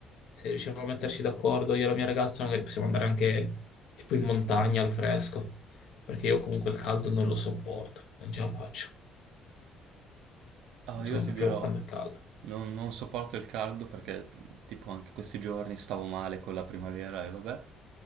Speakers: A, on the left; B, on the right.
A: se riusciamo a metterci d'accordo io e la mia ragazza, magari possiamo andare anche tipo in montagna al fresco, perché io comunque il caldo non lo sopporto, non ce la faccio.
B: Ah,
A: Non sono
B: io ti
A: proprio
B: dirò,
A: un fan del caldo.
B: non, non sopporto il caldo perché tipo anche questi giorni stavo male con la primavera e vabbè,